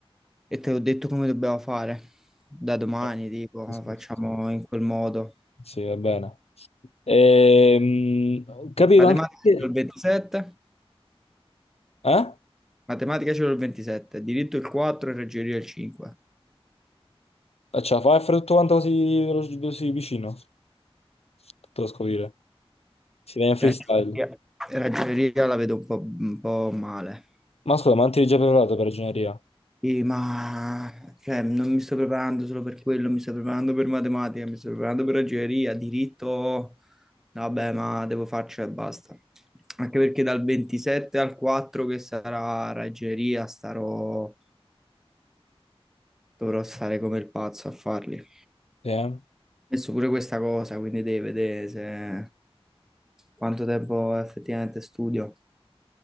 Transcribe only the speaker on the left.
Eh,
Sì, sì,
sì.
Sì, va bene. Ehm, Capivo
anche che...
eh?
Eh, Ce la fai a fare tutto quanto così, velo- così vicino? Tutto da scoprire. Si viene freestyle.
Ma scusa, ma non ti eri già preparato per ragioneria?
Sì, eh?